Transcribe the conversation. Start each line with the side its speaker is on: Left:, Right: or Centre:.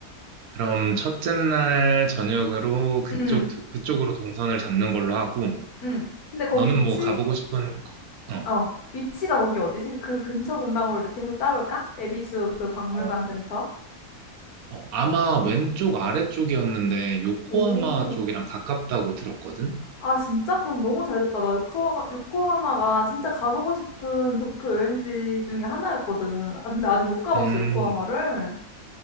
Right: 그럼 첫째 날 저녁으로 그쪽
Left: 응 응
Right: 도- 그쪽으로 동선을 잡는 걸로 하고
Left: 응 근데 거기
Right: 너는
Left: 위치,
Right: 뭐 가보고 싶은 거- 어,
Left: 어, 위치가 거기 어디지? 그 근처 근방으로 이렇게 해서 짜볼까? 에비수 그 박물관
Right: 어,
Left: 근처?
Right: 어. 아마 왼쪽
Left: 응.
Right: 아래쪽이었는데 요코하마
Left: 오,
Right: 쪽이랑 가깝다고 들었거든.
Left: 아, 진짜? 그럼 너무 잘 됐다. 나 요코하마, 요코하마가 진짜 가보고 싶은 도쿄 여행지 중에 하나였거든. 아, 근데 아직 못 가봤어,
Right: 음,
Left: 요코하마를.